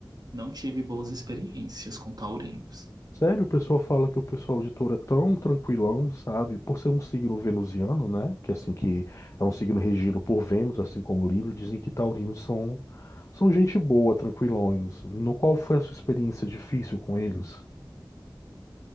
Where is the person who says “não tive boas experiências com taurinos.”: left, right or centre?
Right